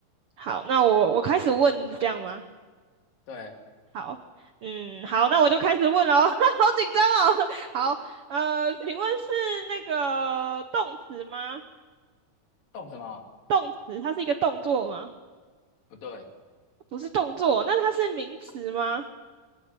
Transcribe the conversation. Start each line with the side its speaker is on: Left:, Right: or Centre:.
Right: 好，那我我开始问，这样吗？
Left: 对，
Right: 好，嗯，好，那我就开始问喽，<laughs> 好紧张哦，<laughs> 好，呃，请问是那个动词吗？
Left: 动什么？
Right: 动词，它是一个动作吗？
Left: 不对，
Right: 不是动作，那它是名词吗？